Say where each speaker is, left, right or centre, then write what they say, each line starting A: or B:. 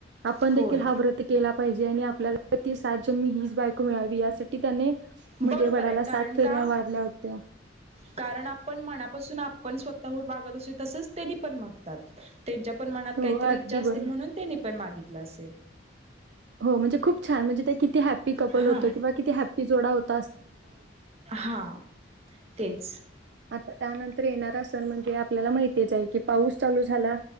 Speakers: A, on the right; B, on the right.
A: आपण
B: होय
A: देखील हा व्रत केला पाहिजे आणि आपल्याला प्रति सात जण मी हीच बायको मिळावी यासाठी त्याने म्हणजे
B: बरोबर
A: वडाला
B: आहे
A: सात
B: कारण
A: फेऱ्या
B: का
A: मारल्या होत्या.
B: कारण आपण मनापासून आप पण स्वतःहुन मागत अस तसच तेनी पण मागतात. त्यांच्या पण मनात
A: हो
B: काहीतरी
A: अगदी
B: इच्छा असतील
A: बरोबर.
B: म्हणून त्यांनी पण मागितलं असेल.
A: हो म्हणजे खूप छान म्हणजे ते किती हॅपी कपल
B: हा
A: होतं किंवा किती हॅप जोडा होत
B: हा तेच
A: आता त्यानंतर येणारा सण म्हणजे आपल्याला माहितीच आहे की पाऊस चालू झाला